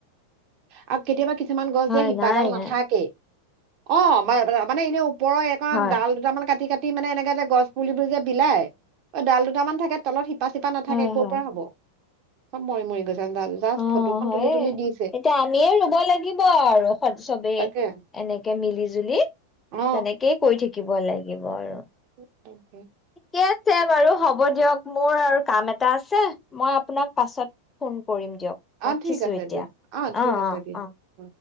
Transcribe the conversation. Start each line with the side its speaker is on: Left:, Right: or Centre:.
Right: আৰু কেতিয়াবা কিছু কিছুমান গছ
Left: হয়
Right: যে শিপাডাল
Left: নাই
Right: নাথাকেই
Left: নাই
Right: অ <unintelligible> ওপৰৰ এখন
Left: হয়
Right: ডাল দুটামান কাটি কাটি <inaudible> মানে এনেকে যে গছ পুলিবোৰ যে বিলাই ডাল দুটামান থাকে তলত তিপা চিপা নাথাকে
Left: হয়
Right: ক'ৰ
Left: হয়
Right: পৰা হ'ব চব মৰি মৰি গৈছে জাষ্ট
Left: অ
Right: ফটোখন
Left: হয়ে
Right: তুলি তুলি দিছে
Left: এতিয়া আমিয়ে ৰুব লাগিব আৰু স চবেই
Right: তাকে
Left: এনেকে মিলি জুলি
Right: অ
Left: তেনেকেই কৰি থাকিব শিকিব লাগিব আৰু
Right: <inaudible>
Left: ঠিকে আছে বাৰু হ'ব দিয়ক মোৰ আৰু কাম এটা আছে মই আপোনাক পাছত ফোন কৰিম দিয়ক
Right: অ
Left: ৰাখিছো
Right: ঠিক আছে
Left: এতিয়া
Right: দিয়া অ ঠিক
Left: অঁ
Right: আছে
Left: অঁ
Right: দিয়া
Left: অঁ